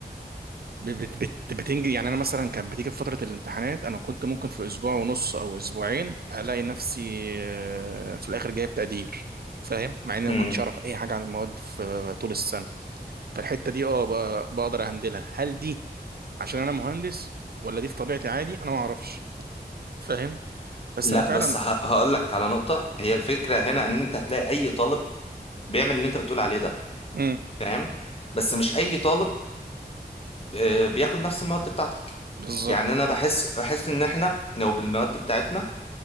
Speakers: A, on the right (about 65°); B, on the left (about 35°).
A: ب- بت- بت- بتنجز يعني انا مثلا كانت بتيجي في فتره الامتحانات انا كنت ممكن في اسبوع ونص او اسبوعين الاقي نفسي آه، في الاخر جايب تقدير فاهم مع اني
B: مم.
A: ما كنتش اعرف اي حاجه عن المواد في طول السنه فالحته دي اه ب- بقدر اهندلها هل دي عشان انا مهندس ولا دي في طبيعتي عادي انا ما اعرفش فاهم بس
B: لا
A: انا فعلا
B: بس هقول لك على نقطة هي الفكرة هنا ان انت هتلاقي اي طالب بيعمل اللي انت بتقول عليه ده
A: امم
B: فاهم بس مش اي طالب آه، بياخد نفس المواد بتاعتك
A: بالظبط
B: يعني انا بحس بحس ان احنا لو بالمواد بتاعتنا